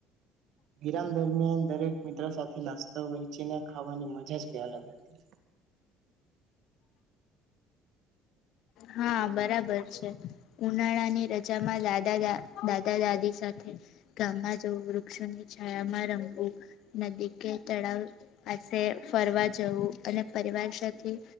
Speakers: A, on the right (about 65°); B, on the left (about 70°).
A: ગ દરમિયાન દરેક મિત્રો સાથે નાસ્તા તો વહેચીના ખાવાની મજા જ ક અલગ હતી
B: હા બરાબર ઉનાળાની રજામાં દાદા દા દાદા દાદી સાથે ગામમાં જવું વૃક્ષોની છાયામાં રંગવું નદી કે તળાવ પાસે ફરવા જ જવું અને પરિવાર સાથે